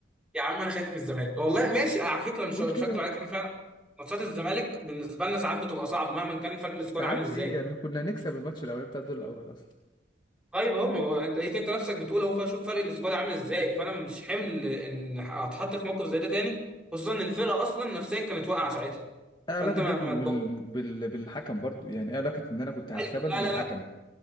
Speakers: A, in the centre; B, on the left (about 25°).
A: يا عم انا خايف من الزمالك والله ماشي انا على فكره مش
B: قول
A: مش
B: كده
A: هكدب عليك احنا فعلا ماتشات الزمالك بالنسبه لنا ساعات بتبقى صعبه مهما كان فرق السكواد
B: ساعات
A: عامل ازاي
B: ايه يعني كنا هنكسب الماتش الاولاني بتاع الدور الاول اصلا
A: طيب هو ما هو انت ليك انت نفسك بتقول اهو شوف فرق السكواد عامل ازاي فانا مش حمل ان اتحط في موقف زي ده تاني خصوصا ان الفرقه اصلا نفسيا كانت واقعه ساعتها
B: ايه علاقة
A: فانت ما
B: ده بال...
A: ما تبقى
B: بال... بالحكم برضو يعني ايه علاقة ان انا كنت هكسبك
A: ايوه لا
B: بالحكم
A: لا لا